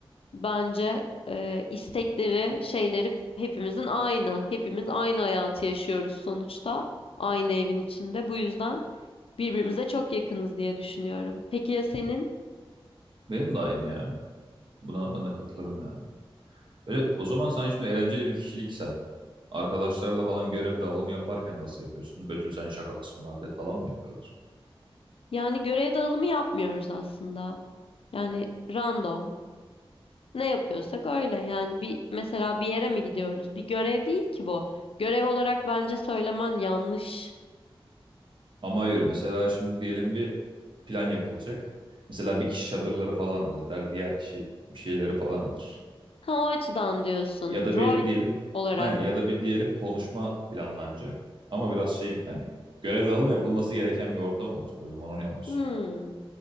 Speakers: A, on the left (about 75°); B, on the right (about 55°).
A: Bence e, istekleri, şeyleri hepimizin aynı. Hepimiz aynı hayatı yaşıyoruz sonuçta. Aynı evin içinde. Bu yüzden birbirimize çok yakınız diye düşünüyorum. Peki ya senin?
B: Benim de aynı ya. Buna ben de katılırım yani. Böyle, o zaman sen şimdi eğlenceli bir kişiliksen. Arkadaşlarla falan görev dağılımı yaparken nasıl yapıyorsunuz? Betül sen şaka kısmını hallet falan mı yapıyorlar?
A: Yani görev dağılımı yapmıyoruz aslında. Yani random ne yapıyorsak öyle. Yani bir mesela bir yere mi gidiyoruz? Bir görev değil ki bu. Görev olarak bence söylemen yanlış.
B: Ama hayır mesela şimdi diyelim bir plan yapılacak. Mesela bir kişi çadırları falan halleder, diğer kişi bir şeyleri falan alır.
A: Ha o açıdan diyorsun.
B: Ya da
A: Rol
B: bir diyelim
A: olarak.
B: aynen ya da bir diyelim konuşma planlanacak. Ama biraz şey hani görev dağılımı yapılması gereken bir ortam olacak o zaman onu yanlış
A: Hmm.
B: söylüyorum.